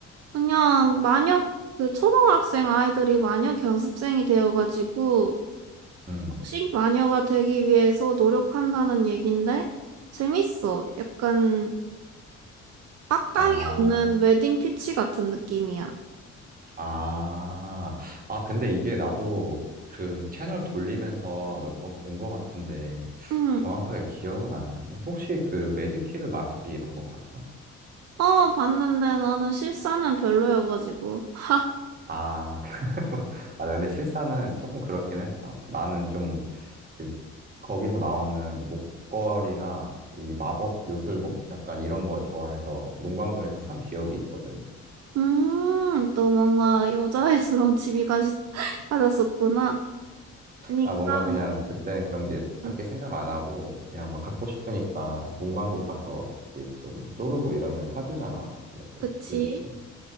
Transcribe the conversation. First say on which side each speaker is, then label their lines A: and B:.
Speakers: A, on the right (about 55°); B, on the right (about 30°).
A: 그냥 마녀, 그 초등학생 아이들이 마녀 견습생이 되어가지고
B: 응.
A: 식마녀가 되기 위해서 노력한다는 얘긴데 재밌어. 약간 악당이
B: 아.
A: 없는 웨딩 피치 같은 느낌이야.
B: 아, 아, 근데 이게 나도 그 채널 돌리면서 몇 번 본 것 같은데
A: 응.
B: 정확하게 기억은 안 나네. 혹시 그 매직키드 마술이 이런 거 봤어?
A: 어, 봤는데 나는 실사는 별로여가지고. <laughs> 하.
B: 아, <laughs> 아, 근데 실사는 조금 그렇긴 했어. 나는 좀 그 거기서 나오는 목걸이나 이 마법 요술봉? 약간 이런 거 좋아해서 문방구에서 산 기억이 있거든.
A: 음, 또 뭔가 여자애스러운 취미 가 <laughs> 가졌었구나. 아니,
B: 아,
A: 그럼,
B: 뭔가 그냥 그때는 그런 게 딱히
A: 음,
B: 생각 안 하고 그냥 막 갖고 싶으니까 문방구 가서 이제 좀 쪼르고 이러면 사주잖아. 그래서
A: 그치.
B: 이제 그랬지.